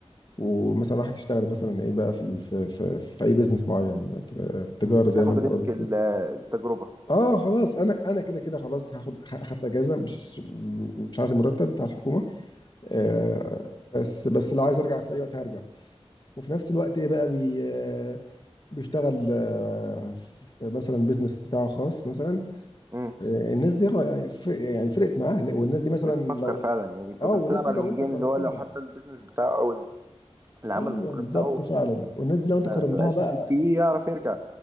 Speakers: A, on the left; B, on the right.
A: ومثلا راحت تشتغل مثلا ايه بقى في في في, في اي بيزنس معين ت- تجاره
B: م، بتاخد
A: زي ما انت
B: ريسك
A: قلت
B: ال- التجربة
A: اه خلاص انا انا كده كده خلاص هاخد اخدت اجازه مش مش عايز المرتب بتاع الحكومه آه
B: م،
A: بس بس لو عايز ارجع في اي وقت هرجع وفي نفس الوقت ايه بقى بي آه، بيشتغل آه، في مثلا بيزنس بتاعه خاص مثلا
B: م،
A: آه، الناس دي يعني ف- يعني فرقت معاه والناس دي مثلا
B: بتفكر
A: لو
B: فعلا يعني بت-
A: اه
B: بتلعب
A: والناس دي
B: على
A: لو
B: الونجين
A: انت قارنتهم
B: اللي هو لو حتى البيزنس بتاعه أو العمل
A: ايوه
B: الحر
A: بالظبط
B: بتاعه
A: فعلا والناس دي
B: ما
A: لو انت قارنتها
B: بقاش
A: بقى
B: نصيب فيه إيه، يعرف يرجع